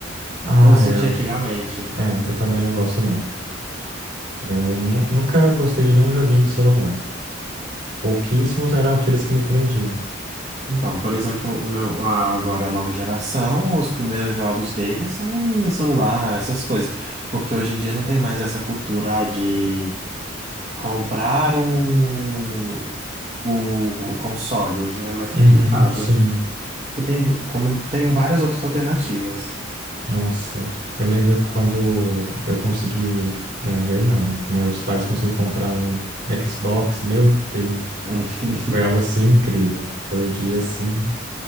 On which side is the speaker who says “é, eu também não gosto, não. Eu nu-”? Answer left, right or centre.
Right